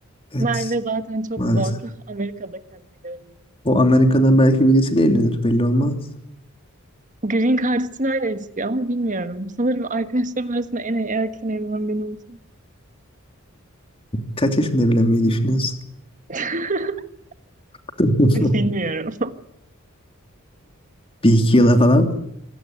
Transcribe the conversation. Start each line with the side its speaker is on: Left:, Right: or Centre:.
Left: evet
Right: Merve zaten çok
Left: maalesef.
Right: zor. <laughs> Amerika'da kendine göre bir yol.
Left: O Amerika'dan belki birisiyle evlenir belli olmaz.
Right: Green Card için öyle istiyor ama bilmiyorum. Sanırım arkadaşlarım arasında en erken evlenen ben olacağım.
Left: Kaç yaşında evlenmeyi düşünüyorsun?
Right: <laughs>
Left: <laughs>
Right: Bilmiyorum.
Left: Bir iki yıla falan